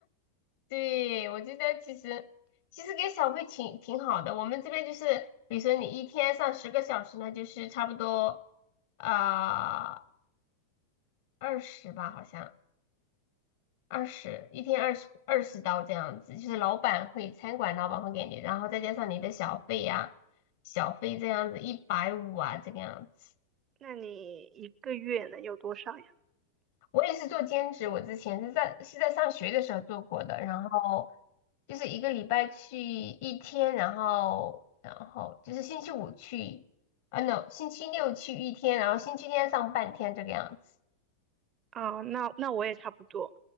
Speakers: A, on the left; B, on the right.
A: 对，我觉得其实其实给小费挺挺好的。我们这边就是，比如说你一天上十个小时，那就是差不多啊二十吧，好像。二十一天二十二十刀这样子，就是老板会餐馆老板会给你，然后再加上你的小费呀、小费这样子一百五啊这个样子。
B: 那你一个月能有多少呀？
A: 我也是做兼职，我之前是在是在上学的时候做过的，然后就是一个礼拜去一天，然后然后就是星期五去，啊 no，星期六去一天，然后星期天上半天这个样子。
B: 啊，那那我也差不多，